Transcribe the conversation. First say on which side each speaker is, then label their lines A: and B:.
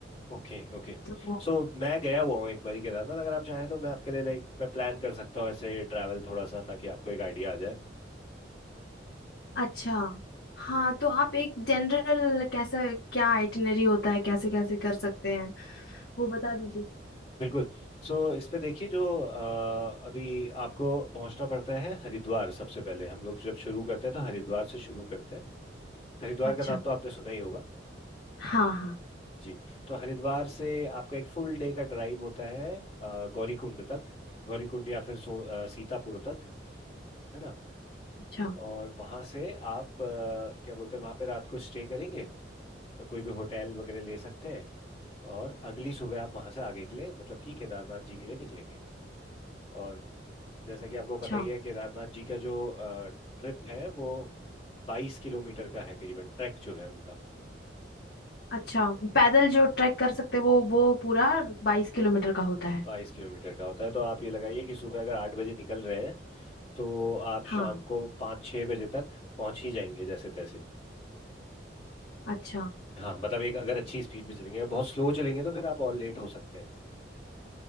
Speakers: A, on the left; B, on the left.
A: Okay okay
B: तो
A: सो मैं गया हुआ हूँ एक बारी केदारनाथ अगर आप चाहें तो मैं आपके लिए लाइक मैं प्लान कर सकता हूँ ऐसे ट्रैवल थोड़ा सा ताकि आपको एक आइडिया आ जाए
B: अच्छा हाँ तो आप एक जनरल कैसा क्या आइटिनरी होता है कैसे कैसे कर सकते हैं वो बता दीजिए
A: बिल्कुल सो इस पे देखिए जो अ, अभी आपको पहुंचना पड़ता है हरिद्वार सबसे पहले हम लोग जब शुरू करते हैं तो हरिद्वार से शुरू करते हैं हरिद्वार
B: अच्छा
A: का नाम तो आपने सुना ही होगा
B: हाँ हाँ
A: जी तो हरिद्वार से आपका एक फुल डे का ड्राइव होता है अ, गौरीकुंड तक गौरीकुंड या फिर सो अ, सीतापुर तक है ना
B: अच्छा
A: और वहाँ से आप अ, क्या बोलते हैं वहाँ पे रात को स्टे करेंगे कोई भी होटल वगैरह ले सकते हैं और अगली सुबह आप वहाँ से आगे के लिए मतलब कि केदारनाथ जी के लिए निकलेंगे और जैसा कि आपको पता
B: अच्छा
A: ही है केदारनाथ जी का जो ट्रिप है वो बाईस किलोमीटर का है करीबन ट्रैक जो है उनका
B: अच्छा पैदल जो ट्रैक कर सकते हैं वो वो पूरा बाईस किलोमीटर का होता है
A: बाईस किलोमीटर का होता है तो आप ये लगाइए कि सुबह अगर आठ बजे निकल रहे हैं तो आप
B: हाँ
A: शाम को पाँच छः बजे तक पहुँच ही जाएंगे जैसे तैसे
B: अच्छा
A: हाँ मतलब एक अगर अच्छी स्पीड में चलेंगे बहुत स्लो चलेंगे तो फिर आप और लेट हो सकते हैं